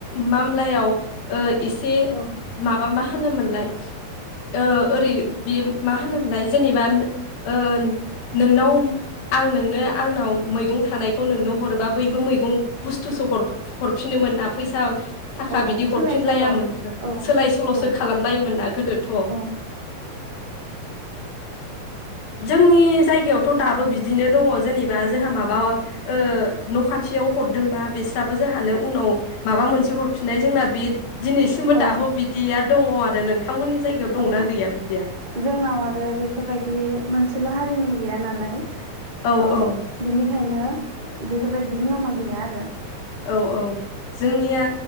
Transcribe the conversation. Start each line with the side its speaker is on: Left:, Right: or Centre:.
Left: मामलायाव ओ एसे
Right: औ
Left: माबा मा होनोमोन लाय ओ ओरै बे मा होनोमोनलाय जेनेबा ओ नोंनाव आं नोंनो आंनाव मैगं थानायखौ नोंनो हरोबा बयबो मैगं बुस्थुसो हर-हरफिनोमोन ना फैसा थाखा
Right: औ
Left: बिदि
Right: सोलाय
Left: हरफिनलायामोन
Right: सोल' औ औ
Left: सोलाय सोल'सो
Right: औ
Left: खालामलायोमोनना गोदोथ'
Right: औ
Left: जोंनि जायगायावथ' दाबो बिद बिदिनो दङ जेने बा जोंहा माबा ओ न' खाथियाव हरदोंबा बेस दाबो जोंहानो उनाव माबा मोनसे हद फिनाय जोंना बे दिनैसिमबो
Right: औ
Left: दाबो बिदिया दङ आरो नोंथांमोननि जायगायाव दंना
Right: औ
Left: गैया बिदिया
Right: जोंनाव आरो बेफोरबायदि मोनसेल' हारिनि गैया नालाय
Left: औ
Right: अ
Left: औ
Right: बेनिखा खायनो बेफोरबायदि नियमा गैया आरो ।
Left: औ औ जोंनिया